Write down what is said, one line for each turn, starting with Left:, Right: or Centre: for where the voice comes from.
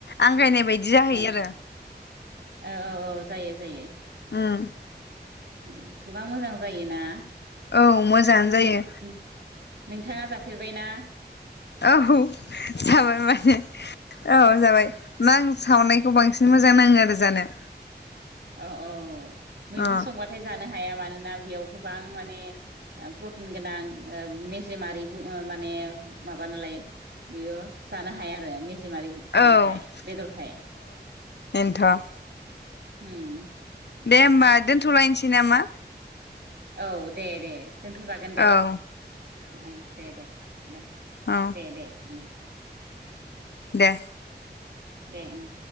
Left: आंगायनाय बायदि जाहैयो
Right: औ
Left: आरो
Right: औ औ जायो जायो।
Left: उम
Right: उम गोबां मोजां जायोना?
Left: औ मोजाङानो जायो।
Right: नों नोंथाङा जाफेरबायना?
Left: औ जाबाय माने औ जाबाय मा आं सावनायखौ बांसिन मोजां नाङो आरो जानो।
Right: अ औ मैगं
Left: अ
Right: संबाथाय जानो हाया मान ना बेयाव गोबां माने ओ प्रटिन गोनां ओ मेजेमारि ओ माने माबा नालाय बेयो जानो हाया आरो मेज जेमारि माबाखाय
Left: औ
Right: बेदरखाय।
Left: बेनोथ'
Right: उम
Left: दे होमबा दोनथ'लायनोसै नामा?
Right: औ दे दे। दोनथ'जागोन
Left: औ
Right: दे दे दे दे
Left: औ
Right: दे दे उम
Left: दे।
Right: दे